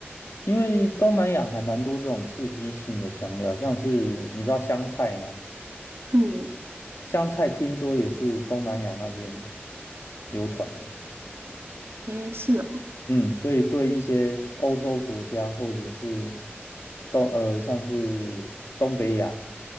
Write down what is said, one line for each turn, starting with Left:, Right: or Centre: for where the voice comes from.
Left: 因为东南亚还蛮多这种刺激性的香料，像是你知道香菜吗？
Right: <laughs> 嗯，
Left: 香菜听说也是东南亚那边流传的，
Right: 诶，是哦，
Left: 嗯，所以对一些欧洲国家或者是东呃像是东北亚，